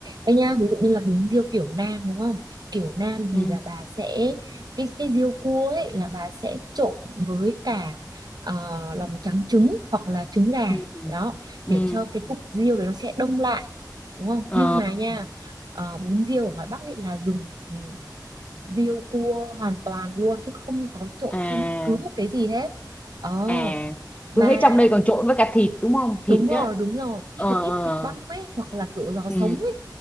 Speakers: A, on the right; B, on the left.
A: Đây nha ví dụ như là bún riêu kiểu Nam đúng không Kiểu Nam thì
B: ừ
A: là bà sẽ Cái cái riêu cua ấy là bà sẽ trộn với cả ờ, lòng trắng trứng Hoặc là trứng gà
B: ừ
A: Đó
B: ừ
A: để cho cái cục riêu đấy nó sẽ đông lại đúng không
B: ờ
A: nhưng mà nha ờ, bún riêu ở ngoài Bắc ấy là dùng ừ, riêu cua hoàn toàn luôn chứ không có trộn
B: à
A: thêm bất cứ một cái gì hết ờ
B: à
A: mà
B: tôi thấy trong đây còn trộn với cả thịt đúng không thịt
A: đúng rồi
B: á
A: đúng rồi ít
B: ờ
A: một ít
B: ờ.
A: thịt băm ấy hoặc là kiểu giò
B: ừ
A: sống ấy